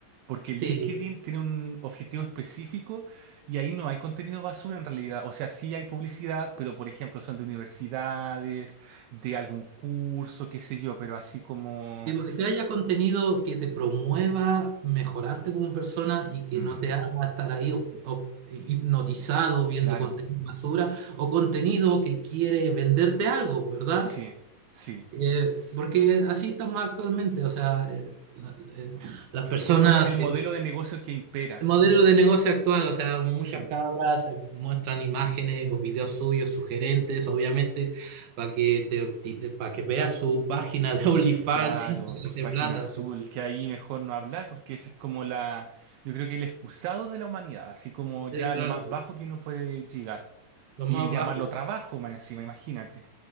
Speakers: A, on the right (about 90°); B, on the right (about 70°).
A: Porque LinkedIn
B: sí,
A: tiene un objetivo específico y ahí no hay contenido basura en realidad. O sea, sí hay publicidad, pero por ejemplo son de universidades, de algún curso, qué sé yo, pero así como...
B: tipo, que haya contenido que te promueva mejorarte como persona y que
A: mm,
B: no te haga estar ahí ob- ob- hipnotizado viendo
A: claro,
B: contenido basura o contenido que quiere venderte algo, ¿verdad?
A: sí, sí.
B: Eh,
A: S-
B: porque así estamos actualmente, o sea, eh, la- eh, las personas
A: Es como el modelo de negocio que impera.
B: El modelo de negocio actual, o sea, muchas
A: sí.
B: cabras eh, muestran imágenes o videos suyos sugerentes, obviamente, para que te para que veas su página de <laughs> OnlyFans
A: Claro,
B: y te
A: su
B: gaste
A: página
B: plata.
A: azul,
B: entonces,
A: que ahí mejor no hablar porque esa es como la, yo creo que el excusado de la humanidad, así como ya
B: exacto.
A: lo más bajo que uno puede llegar.
B: Lo
A: Y
B: más
A: llamarlo
B: bajo, sí,
A: trabajo más encima, imagínate.